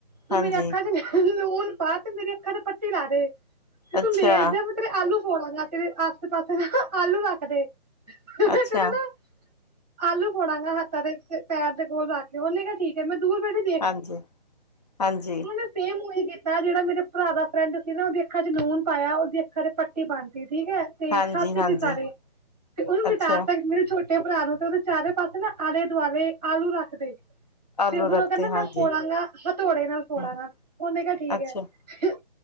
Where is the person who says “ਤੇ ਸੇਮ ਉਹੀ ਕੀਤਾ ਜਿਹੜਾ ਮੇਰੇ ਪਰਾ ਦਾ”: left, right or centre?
Right